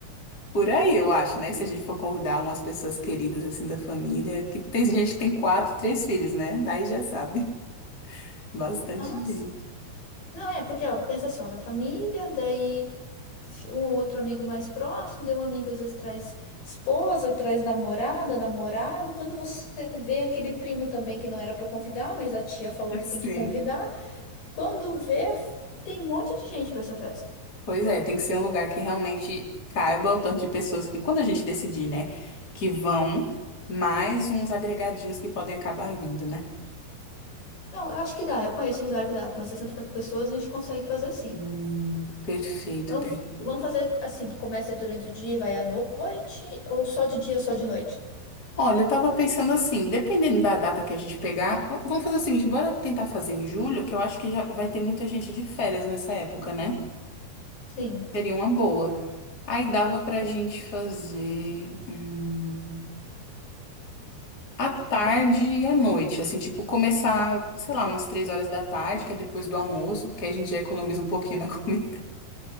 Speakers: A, on the left (about 25°); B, on the left (about 90°).
A: por aí, eu acho, né? Se a gente for convidar umas pessoas queridas, assim, da família, que tem gente que tem quatro, três filhos, né? Daí já sabe. <laughs> Bastante
B: Ah,
A: gente.
B: Não, é, porque, ó, pensa só, vai família, daí um ou outro amigo mais próximo, daí um amigo às vezes traz esposa, traz namorada, namorado. Quando você vê aquele primo também que não era pra convidar, mas a tia falou que
A: Sim.
B: tem que convidar, quando vê, tem um monte de gente pra essa festa.
A: Pois é, tem que ser um lugar que realmente caiba o tanto de pessoas que, quando a gente decidir, né, que vão, mais uns agregadinhos que podem acabar vindo, né?
B: Não, eu acho que dá, eu conheço lugar que dá, pra umas 60 pessoas a gente consegue fazer sim.
A: Hum, perfeito,
B: Vamos,
A: perfeito.
B: vamos fazer assim, que começa durante o dia e vai à noite, ou só de dia, só de noite?
A: Olha, eu tava pensando assim, dependendo da data que a gente pegar, v- vamos fazer o seguinte, bora tentar fazer em julho, que eu acho que já vai ter muita gente de férias nessa época, né?
B: Sim.
A: Seria uma boa. Aí dava pra gente fazer. hum, À tarde e à noite, assim, tipo, começar, sei lá, umas três horas da tarde, que é depois do almoço, porque aí a gente já economiza um pouquinho na <laughs> comida.